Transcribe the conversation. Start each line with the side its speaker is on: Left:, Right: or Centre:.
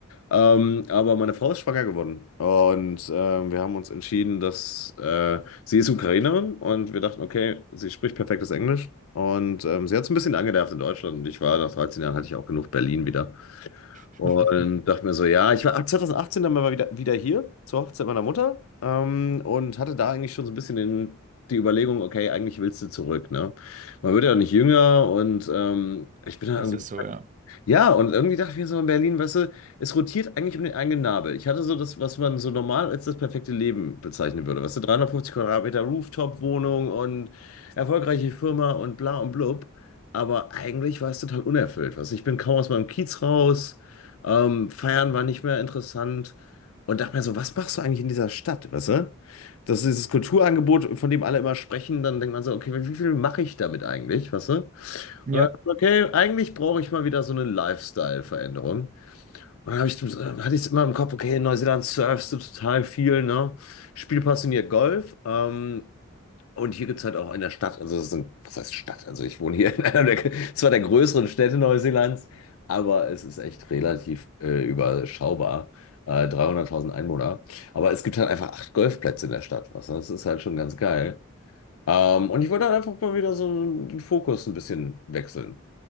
Left: Ähm, aber meine Frau ist schwanger geworden und ähm, wir haben uns entschieden, dass äh, sie ist Ukrainerin und wir dachten, okay, sie spricht perfektes Englisch. Und ähm, sie hat es ein bisschen angenervt in Deutschland. Und ich war nach 13 Jahren, hatte ich auch genug Berlin wieder.
Right: <laughs>
Left: Und dachte mir so, ja, ich war ab 2018 dann mal wieder, wieder hier zur Hochzeit meiner Mutter ähm, und hatte da eigentlich schon so ein bisschen den, die Überlegung, okay, eigentlich willst du zurück, ne? Man wird ja nicht jünger und ähm, ich bin da
Right: Das
Left: irgendwie
Right: ist so, ja.
Left: ja, und irgendwie dachte ich mir so in Berlin, weißt du, es rotiert eigentlich um den eigenen Nabel. Ich hatte so das, was man so normal als das perfekte Leben bezeichnen würde. Weißt du, 350 Quadratmeter Rooftop-Wohnung und erfolgreiche Firma und bla und blub. Aber eigentlich war es total unerfüllt. Weißt du, ich bin kaum aus meinem Kiez raus, ähm, feiern war nicht mehr interessant. Und dachte mir so, was machst du eigentlich in dieser Stadt, weißt du? Das ist dieses Kulturangebot, von dem alle immer sprechen. Dann denkt man so, okay, wie viel mache ich damit eigentlich, weißt du?
Right: Ja,
Left: Und dann, Okay, eigentlich brauche ich mal wieder so eine Lifestyle-Veränderung. Und dann habe ich, dann hatte ich es immer im Kopf, okay, in Neuseeland surfst du total viel, ne? Spiel passioniert Golf. Ähm, und hier gibt es halt auch in der Stadt, also es ist ein, was heißt Stadt? Also ich wohne hier in einer der, zwar der größeren Städte Neuseelands, aber es ist echt relativ äh, überschaubar. Äh, 300.000 Einwohner. Aber es gibt halt einfach acht Golfplätze in der Stadt. Was, das ist halt schon ganz geil. Ähm, und ich wollte halt einfach mal wieder so den Fokus ein bisschen wechseln.